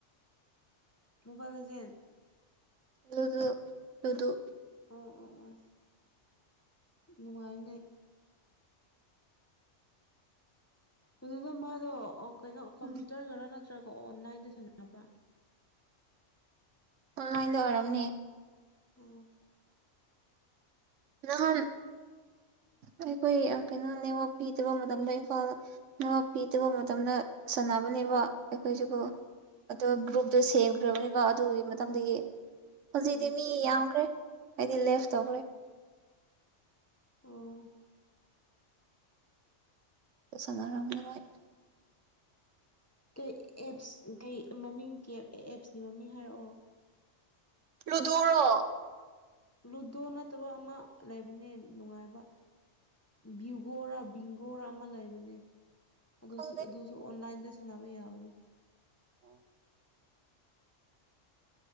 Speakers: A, on the left; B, on the right.
A: ꯃꯣꯕꯥꯏꯜ ꯑꯦꯖꯦꯟ
B: ꯂꯨꯗꯨ ꯂꯨꯗꯨ
A: ꯑꯣ ꯑꯣ ꯑꯣ ꯅꯨꯡꯉꯥꯏꯅꯦ ꯑꯗꯨꯗꯣ ꯃꯥꯗꯣ ꯀꯩꯅꯣ ꯀꯝꯄ꯭ꯌꯨꯇꯔ
B: ꯎꯝ
A: ꯗꯔ ꯅꯠꯇ꯭ꯔꯒ ꯑꯣ ꯑꯣꯟꯂꯥꯏꯟꯗ ꯁꯥꯟꯔꯕ꯭ꯔꯥ
B: ꯑꯣꯟꯂꯥꯟ
A: ꯑꯣ
B: ꯅꯍꯥꯟ ꯑꯩꯈꯣꯏ ꯌꯥꯝ ꯀꯩꯅꯣ ꯅꯦꯋꯥꯛ ꯄꯤꯗꯕ ꯃꯇꯝꯗ ꯏꯝꯐꯥꯜ ꯅꯦꯋꯥꯛ ꯄꯤꯗꯕ ꯃꯇꯝꯗ ꯁꯥꯟꯅꯕꯅꯦꯕ ꯑꯩꯈꯣꯏꯁꯤꯕꯨ
A: ꯑꯣ
B: ꯑ ꯒ꯭ꯔꯨꯞꯇꯣ ꯁꯦꯝꯈ꯭ꯔꯕꯅꯦꯕ ꯑꯗꯨꯒꯤ ꯃꯇꯝꯗꯒꯤ ꯍꯧꯖꯤꯛꯇꯤ
A: ꯑꯣ
B: ꯃꯤ ꯌꯥꯝꯈ꯭ꯔꯦ ꯑꯩꯗꯤ ꯂꯦꯐ ꯇꯧꯈ꯭ꯔꯦ
A: ꯑꯣ
B: ꯁꯅꯔꯝꯅꯤ ꯃꯣꯏ
A: ꯀꯩ ꯑꯦꯞꯁ ꯀꯩ ꯃꯃꯤꯡ ꯑꯦꯞꯁꯀꯤ ꯃꯃꯤꯡ ꯍꯥꯏꯔꯛꯑꯣ
B: ꯂꯨꯗꯣꯔꯣ
A: ꯂꯨꯗꯣ ꯅꯠꯇꯕ ꯑꯃ ꯂꯩꯕꯅꯦ ꯅꯨꯡꯉꯥꯏꯕ ꯚ꯭ꯌꯨꯒꯣꯔ ꯕꯤꯡꯒꯣꯔ ꯑꯃ ꯂꯩꯕꯅꯦ ꯑꯗꯨꯁꯨ
B: ꯈꯪꯗꯦ
A: ꯑꯗꯨꯁꯨ ꯑꯣꯟꯂꯥꯏꯟꯗ ꯁꯅꯥꯕ ꯌꯥꯕꯅꯦ
B: ꯑꯣ